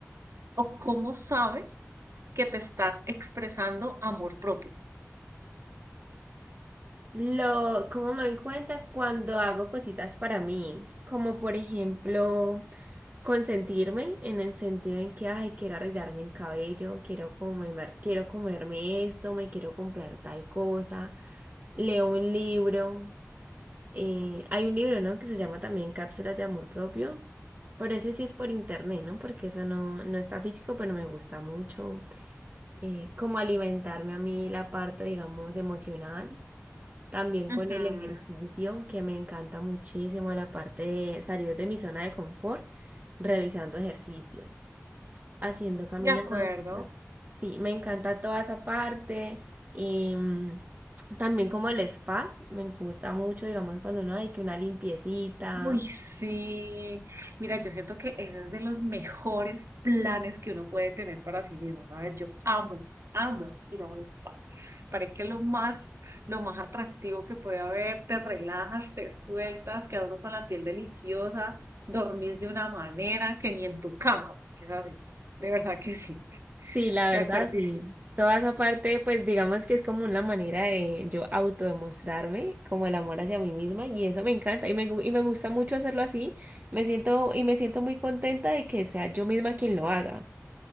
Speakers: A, on the right (about 60°); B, on the right (about 35°).
A: o cómo sabes que te estás expresando amor propio?
B: Lo, cómo me doy cuenta cuando hago cositas para mí, como por ejemplo consentirme en el sentido en que, ay, quiero arreglarme el cabello, quiero comer, quiero comerme esto, me quiero comprar tal cosa, leo un libro, eh, hay un libro, ¿no? Que se llama también Cápsulas de Amor Propio, pero ese sí es por internet, ¿no? Porque eso no, no está físico, pero me gusta mucho, eh, como alimentarme a mí la parte, digamos, emocional. También con
A: Ujú,
B: el ejercicio, que me encanta muchísimo la parte de salir de mi zona de confort realizando ejercicios, haciendo caminatas.
A: de acuerdo.
B: Sí, me encanta toda esa parte. Y mm, también como el spa, me gusta mucho, digamos, cuando uno hay que una limpiecita.
A: Uy, sí. Mira, yo siento que ese es de los mejores planes que uno puede tener para sí mismo, ¿sabes? Yo amo, amo ir a un spa. Parece que es lo más, lo más atractivo que puede haber. Te relajas, te sueltas, quedas uno con la piel deliciosa, dormís de una manera que ni en tu cama. Es así. De verdad que sí.
B: Sí, la verdad,
A: De acuerdo,
B: sí.
A: sí.
B: Toda esa parte, pues digamos que es como una manera de yo autodemostrarme como el amor hacia mí misma y eso me encanta y me, gu- y me gusta mucho hacerlo así. Me siento y me siento muy contenta de que sea yo misma quien lo haga.